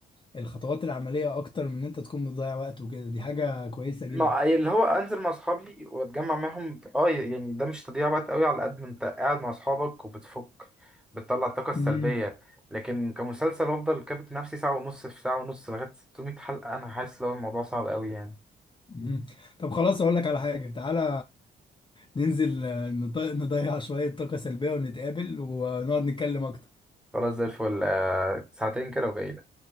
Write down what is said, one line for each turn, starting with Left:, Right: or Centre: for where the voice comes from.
Left: الخطوات العملية اكتر من ان انت تكون بتضيع وقت وكده دي حاجة كويسة جدا
Centre: ما أي اللي هو انزل مع اصحابي واتجمع معاهم اه يعني ده مش تضييع وقت قوي على قد ما انت قاعد مع اصحابك وبتفك بتطلع الطاقه السلبيه
Left: مم.
Centre: لكن كمسلسل افضل كابت نفسي ساعه ونص في ساعه ونص لغايه 600 حلقه انا حاسس لو الموضوع صعب قوي يعني
Left: مم. طب خلاص اقول لك على حاجة تعالى ننزل آه، نط- نضيع شوية طاقة سلبية ونتقابل ونقعد نتكلم اكتر
Centre: خلاص زي الفل آه، ساعتين كده وجاي